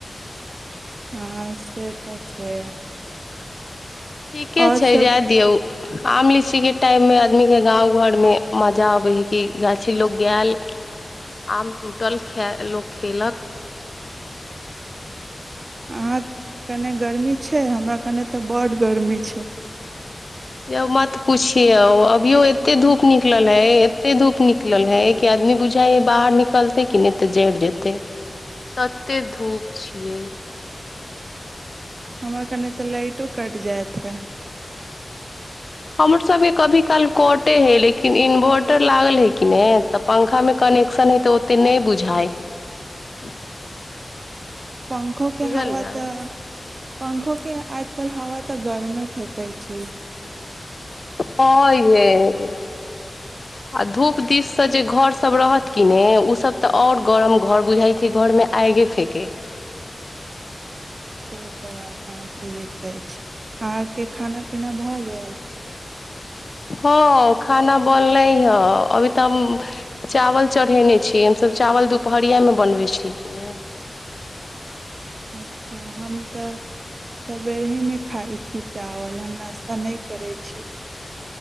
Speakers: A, on the right; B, on the left.
A: हँ से तऽ छै
B: ठीके
A: आओर
B: छै
A: सब
B: जाय दियौ आम लीची के टाइम मे आदमी के गाँव घरमे मजा अबै हइ कि गाछी लोक गल आम टूटल ख लोक खयेलक
A: अहाँ कने गर्मी छै हमरा कने तऽ बड गर्मी छै
B: यो मात पूछि यौ अभियो एते धूप निकल हैय एते धूप निक निकलल हे कि आदमी बुझााय हे बाहर निकलते कि नहि ते जड़ जेते तते धूप छियै
A: हमरा कने तऽ लाइटो कटि जायइत हे
B: हमर सबके कभी काल कटे हय लेकिन इन्वर्टर लागल है कि नहि तऽ पंखामे कनेक्शन है तऽ ओते नहि बुझाइ है
A: पंखो के
B: बुझलियै
A: हवा तऽ पखो के आयकल हवा तऽ गर्मे फेकैत छै
B: ह यै आ धूप दिस से जे घर सब रहत कि ने ओ सब तऽ आऔर गरम घर बुझाई छै घरमे आगे फेके है
A: से तऽ बात अहाँ सँ इ कहै छी अहाँके खाना पीना भऽ गेल
B: हँ खाना बनलै हे अभी तऽ हम चावल चढ़ेने छी हमसभ चावल सब दूप पहरिया में बनबै छी इ किने
A: अच्छा हम तऽ सवेरेमे खाइ छी चावल हम नाश्ता नहि करै छी